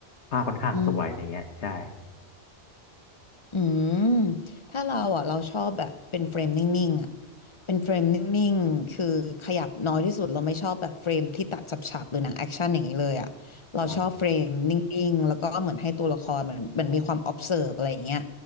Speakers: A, on the left (about 75°); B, on the left (about 30°).
A: ภาพค่อนข้างสวยอะไรเงี้ยใช่
B: อืม อืมถ้าเราอ่ะเราชอบแบบเป็นเฟรมนิ่งๆอ่ะเป็นเฟรมนิ่งๆคือขยับน้อยที่สุดเราไม่ชอบแบบเฟรมที่ตัดฉับๆหรือหนังแอคชั่นอย่างนี้เลยอ่ะเราชอบเฟรมนิ่งๆแล้วก็เหมือนให้ตัวละครเหมือนเหมือนมีความ
A: ครับ
B: observe อะไรอย่างเงี้ย